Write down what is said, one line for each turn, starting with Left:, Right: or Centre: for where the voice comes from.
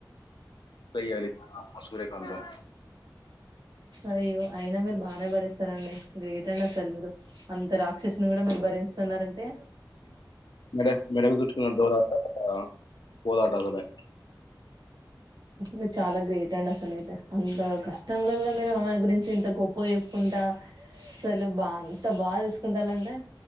Left: గయ్యాళి సూర్యకాంతం
Right: అయ్యో అయినా మీరు బానే భరిస్తారండి గ్రేట్ అండి అసలు మీరు అంత రాక్షసిని కూడా మీరు భరించుతున్నారంటే
Left: మెడ మెడకు చుట్టుకున్న డోలాట <inaudible> పోదాట అసలే
Right: మీరు చాలా గ్రేట్ అండి అసలు అయితే అంత కష్టంలో కూడా మీరు ఆమె గురించి ఇంత గొప్ప చెప్పుకు దా అసలు బా అంత బాగా చూసుకుంటాలంటే